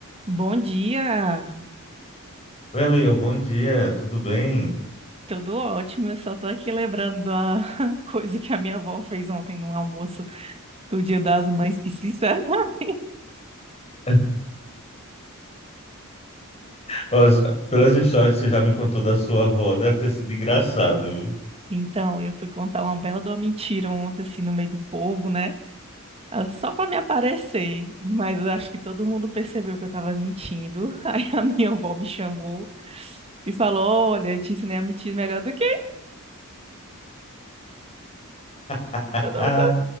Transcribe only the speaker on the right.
Bom dia,
tudo ótimo. Eu só tô aqui lembrando da <laughs> coisa que a minha avó fez ontem no almoço do Dia das Mães, que sincero. <laughs>
Então, eu fui contar uma bela de uma mentira ontem, assim, no meio do povo, né? Ah, Só pra me aparecer, mas eu acho que todo mundo percebeu que eu tava mentindo. <laughs> Aí a minha avó me chamou e falou: Olha, eu te ensinei a mentir melhor do que
eu não
tô.